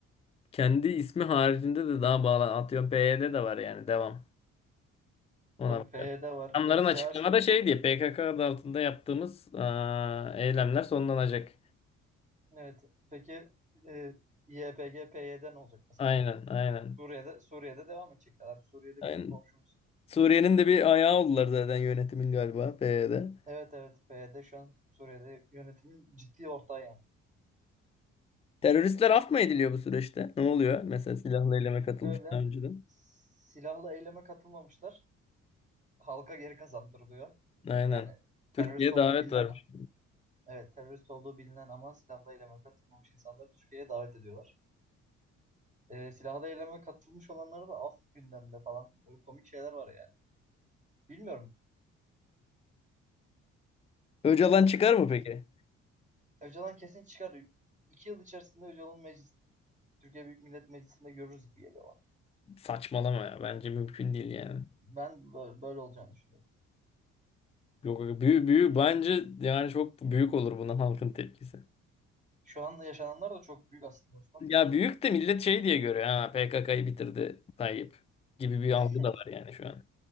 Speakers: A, on the left; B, on the right.
A: kendi ismi haricinde de daha bağlı. Atıyorum PYD de var yani devam. Ona
B: Tabii
A: bakarım.
B: PYD var.
A: Adamların açıklamada
B: DH
A: şey diye PKK adı altında yaptığımız aa, eylemler sonlanacak.
B: evet. Peki e, YPG PYD ne olacak mesela?
A: Aynen, aynen.
B: Suriye'de Suriye'de devam edecekler abi. Suriye'de
A: Aynen.
B: bizim komşumuz.
A: Suriye'nin de bir ayağı oldular zaten yönetimin galiba PYD.
B: Evet evet PYD şu an Suriye'de yönetimin ciddi ortağı yani.
A: Teröristler af mı ediliyor bu süreçte? Ne oluyor? Mesela silahlı eyleme katılmış
B: Şöyle
A: daha önceden.
B: silahlı eyleme katılmamışlar. Halka geri kazandırılıyor.
A: Aynen.
B: Yani terörist
A: Türkiye'ye
B: olduğu
A: davet
B: bilinen
A: vermiş.
B: evet terörist olduğu bilinen ama silahlı eyleme katılmamış insanları Türkiye'ye davet ediyorlar. Ee, silahlı eyleme katılmış olanları da af gündemde falan. Böyle komik şeyler var yani. Bilmiyorum.
A: Öcalan çıkar mı peki?
B: Öcalan kesin çıkar. İki yıl içerisinde Öcalan meclis, Türkiye Büyük Millet Meclisi'nde görürüz gibi geliyor bana.
A: Saçmalama ya. Bence mümkün değil yani.
B: Ben bö- böyle olacağını düşünüyorum.
A: Yok, büyük, büyük, bence yani çok büyük olur buna halkın tepkisi.
B: Şu anda yaşananlar da çok büyük aslında Osman.
A: Ya büyük de millet şey diye görüyor. Ha PKK'yı bitirdi Tayyip gibi bir algı
B: <laughs>
A: da var yani şu an.